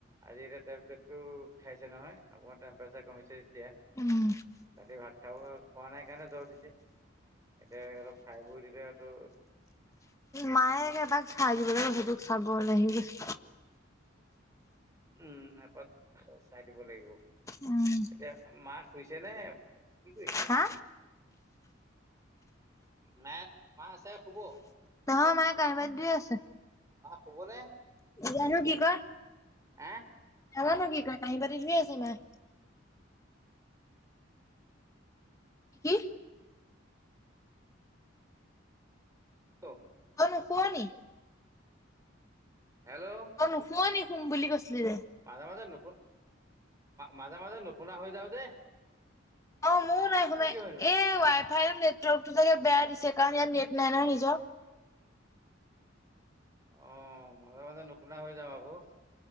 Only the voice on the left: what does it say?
উম
মায়ে এবাক চাই দিব লাগিব
সেইটোক চাব ল আহি গৈছে।
উম
হা
নহয় মায়ে কাহবাদ ধুই আছে।
জানো কি কয়।
নাজানো কি কৈ কাঁহী, বাতি ধুই আছে মায়ে। কি?
অ' ন শুৱনি।
অ' নুশুৱ নেকি শুম বুলি কৈছিলি যে।
অ' ময়ো নাই শুনোই
এই ৱাই ফাইৰ নেটৱৰ্কটো চাগে বেয়া দিছে কাৰণ ইয়াত নেট নাই নহয় নিজৰ।